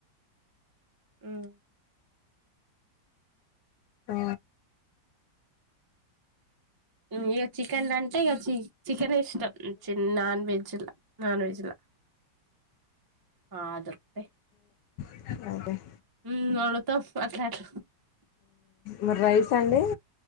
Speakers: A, on the right; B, on the left.
A: మ్
B: ఆ
A: ఉమ్ ఇగ చికెందంటే ఇగా చి చికెనే ఇష్టం. చి నాన్ వెజ్ ల నాన్ వెజ్ ల ఆ దొరుకుతాయి.
B: తింటారు
A: ఉమ్ వండుతాం. మాట్లాడు
B: మరి రైస్ అండి